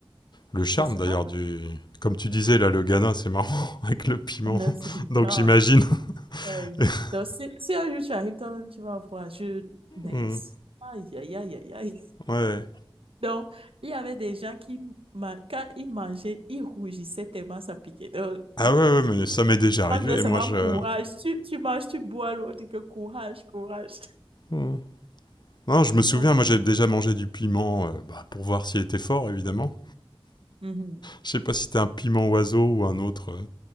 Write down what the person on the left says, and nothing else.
le charme,
d'ailleurs,
du. Comme tu disais, là, le Ghana, c'est marrant, <laughs> avec le piment.
<laughs>
Donc,
j'imagine.
<laughs>
Mm.
ouais.
Ah
ouais, ouais,
mais ça m'est déjà arrivé.
Et
moi, je.
Mm. Non, je me souviens,
moi j'avais déjà mangé du piment euh, bah, pour voir s'il était fort, évidemment.
Je sais pas si c'était un piment oiseau ou un autre, euh,